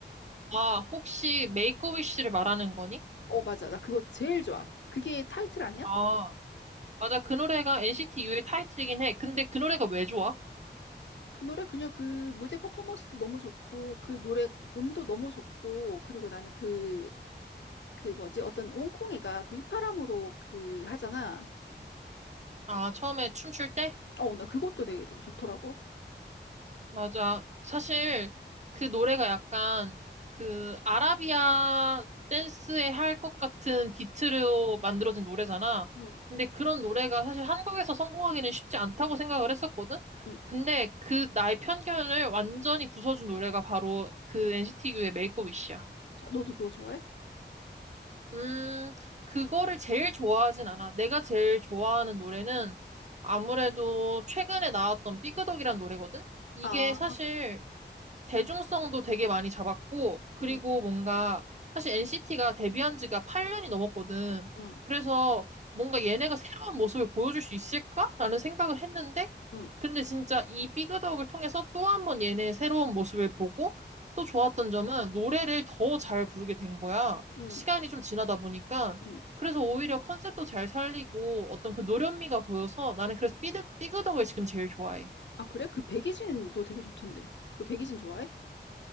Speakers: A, on the right; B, on the left.
A: 아, 혹시 메이크 어 위시를 말하는 거니?
B: 어, 맞아. 나 그거 제일 좋아. 그게 타이틀 아니야?
A: 아, 맞아. 그 노래가 NCT U의 타이틀이긴 해. 근데 그 노래가 왜 좋아?
B: 그 노래 그냥 그 무대 퍼포먼스도 너무 좋고 그 노래 음도 너무 좋고 그리고 나는 그 그 뭐지? 어떤 옹콩이가 그 휘파람으로 그 하잖아.
A: 아, 처음에 춤출 때?
B: 어, 나 그것도 되게, 되게 좋더라고.
A: 맞아. 사실 그 노래가 약간 그 아라비아 댄스에 할 것 같은 비트로 만들어진 노래잖아.
B: 응,
A: 근데 그런 노래가 사실 한국에서 성공하기는 쉽지 않다고 생각을 했었거든.
B: 응.
A: 근데 그 나의 편견을 완전히 부숴준 노래가 바로 그 NCT U의 메이크업 위시야.
B: 아, 너도 그거 좋아해?
A: 음, 그거를 제일 좋아하진 않아. 내가 제일 좋아하는 노래는 아무래도 최근에 나왔던 삐그덕이란 노래거든? 이게
B: 아,
A: 사실 대중성도 되게 많이 잡았고, 그리고
B: 응,
A: 뭔가, 사실 NCT가 데뷔한 지가 8년이 넘었거든.
B: 응,
A: 그래서 뭔가 얘네가 새로운 모습을 보여줄 수 있을까라는 생각을 했는데,
B: 응,
A: 근데 진짜 이 삐그덕을 통해서 또 한 번 얘네의 새로운 모습을 보고, 또 좋았던 점은 노래를 더 잘 부르게 된 거야.
B: 응,
A: 시간이 좀 지나다 보니까.
B: 응.
A: 그래서 오히려 컨셉도 잘 살리고 어떤 그 노련미가 보여서 나는 그래서 삐득, 삐그덕을 지금 제일 좋아해.
B: 아, 그래? 그 백이진도 되게 좋던데. 너 백이진 좋아해?